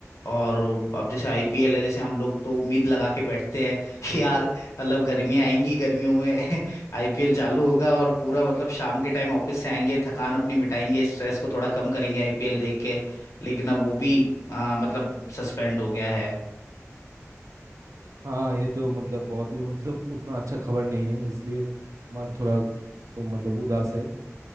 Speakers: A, on the left; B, on the right.
A: और अब जैसे आईपीएल है जैसे हम लोग तो उम्मीद लगा के बैठते हैं <laughs> कि यार मतलब गर्मियाँ आएंगी गर्मियों में <laughs> आईपीएल चालू होगा और पूरा मतलब शाम के टाइम ऑफिस से आएंगे थकान अपनी मिटाएंगे स्ट्रेस को थोड़ा कम करेंगे आईपीएल देख के लेकिन अब वो भी आ, मतलब सस्पेंड हो गया है
B: हाँ ये तो मतलब बहुत ही मतलब उतना अच्छा खबर नहीं है इसलिए मन थोड़ा तो मतलब उदास है